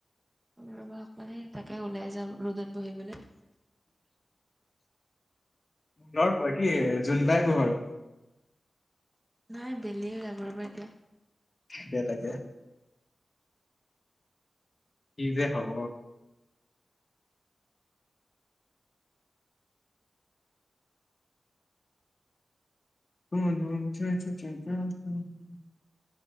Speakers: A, on the right; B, on the left.
A: ৰ'বা অকমান, তাকে ওলাই যাও ৰ'দত বহিবলে।
B: জোনৰ- কি, জোনবাই পোহৰত।
A: নাই, বেলিয়ে ওলাব ৰ'বা এতিয়া।
B: তাকে - তাকে। কি যে হব? <unintelligible>